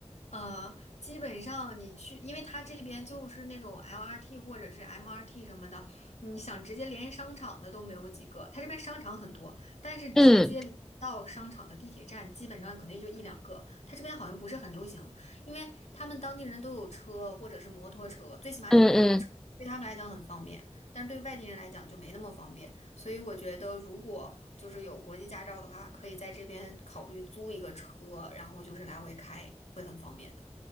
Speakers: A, on the left; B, in the centre.
A: 呃，基本上你去，因为它这边就是那种 LRT 或者是 MRT 什么的，你想直接连商场的都没有几个。它这边商场很多，但是直接连到商场的地铁站基本上可能也就一两个。
B: 嗯
A: 它这边好像不是很流行，因为他们当地人都有车或者是摩托车，最起码有摩托车，
B: 嗯嗯
A: 对他们来讲很方便，但是对外地人来讲就没那么方便。所以我觉得，如果就是有国际驾照的话，可以在这边考虑租一个车，然后就是来回开，会很方便的。